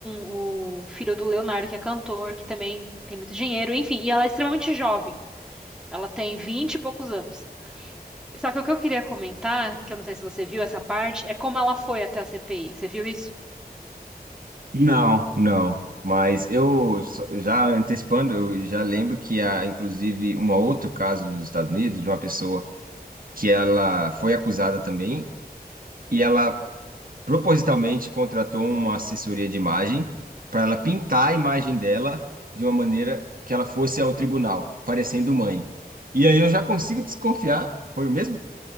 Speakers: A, in the centre; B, on the right (about 60°).
A: o filho do Leonardo, que é cantor, que também tem muito dinheiro, enfim, e ela é extremamente jovem. Ela tem 20 e poucos anos. Só que o que eu queria comentar, que eu não sei se você viu essa parte, é como ela foi até a CPI. Você viu isso?
B: Não, não. Mas eu só- já antecipando, eu já lembro que há, inclusive, um outro caso nos Estados Unidos de uma pessoa que ela foi acusada também e ela propositalmente contratou uma assessoria de imagem para ela pintar a imagem dela de uma maneira que ela fosse ao tribunal, parecendo mãe. E aí eu já consigo desconfiar, foi o mesmo?